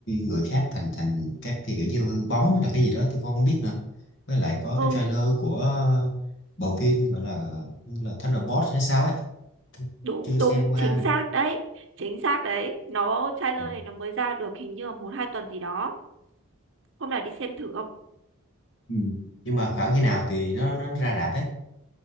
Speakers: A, on the left; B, on the right.
A: người khác thành thành các cái kiểu như hư bóng hay là cái gì đó tôi cũng không biết nữa. Với lại có
B: Ừ,
A: cái trailer của bộ phim gọi là như là Thunderbolt hay sao ấy,
B: đúng
A: chưa xem
B: đúng,
A: qua
B: chính
A: nữa.
B: xác đấy. Chính xác đấy. Nó trailer
A: Ừ.
B: này nó mới ra được hình như là một hai tuần gì đó. Hôm nào đi xem thử không?
A: Ừ. Nhưng mà khoảng khi nào thì nó nó ra rạp ấy,